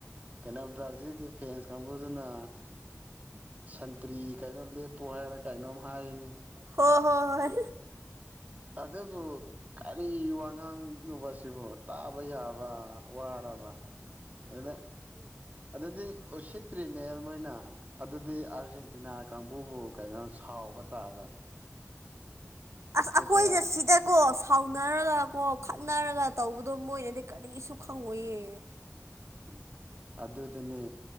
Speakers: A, on the right; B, on the right.
A: ꯀꯩꯅꯣ ꯕ꯭ꯔꯥꯖꯤꯜꯒꯤ ꯐꯦꯟꯁ ꯀꯥꯡꯕꯨꯗꯨꯅ ꯁꯟꯇ꯭ꯔꯤ ꯀꯩꯅꯣ ꯂꯦꯞꯄꯣ ꯍꯥꯏꯔꯒ ꯀꯩꯅꯣꯝ ꯍꯥꯏꯅꯦ
B: ꯍꯣꯏ ꯍꯣꯏ ꯍꯣꯏ
A: ꯑꯗꯨꯕꯨ ꯀꯔꯤ ꯋꯥ ꯉꯥꯡꯅꯣꯕ ꯁꯤꯕꯨ ꯇꯥꯕ ꯌꯥꯕ ꯋꯥꯔꯕ ꯑꯗꯨꯅ ꯑꯗꯨꯗꯤ ꯇ꯭ꯔꯤꯅꯦ ꯃꯣꯏꯅ ꯑꯗꯨꯗꯤ ꯑꯥꯔꯖꯦꯟꯇꯤꯅꯥ ꯀꯥꯡꯕꯨꯕꯨ ꯀꯩꯅꯣ ꯁꯥꯎꯕ ꯇꯥꯕ
B: ꯑꯁ
A: ꯅꯠꯇ꯭ꯔꯥ
B: ꯑꯩꯈꯣꯏꯅ ꯁꯤꯗꯀꯣ ꯁꯥꯎꯅꯔꯒ ꯀꯣ ꯈꯠꯅꯔꯒ ꯇꯧꯕꯗꯣ ꯃꯣꯏꯅꯗꯤ ꯀꯔꯤꯁꯨ ꯈꯪꯉꯣꯏꯌꯦ
A: ꯎ ꯑꯗꯨꯗꯅꯦ